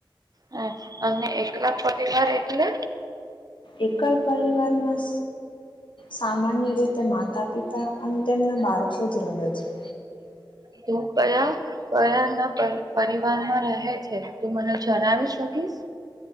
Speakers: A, on the right (about 50°); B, on the left (about 80°).
A: હ અને એક લાખ પરિવાર એટલે
B: એકલ પરિવારમાં સામાન્ય રીતે માતા પિતા અને તેમના બાળકો જ રહે છે ય
A: તું કયા કયાના પર પરિવારમાં રહે છે તું મને જણાવી શકીશ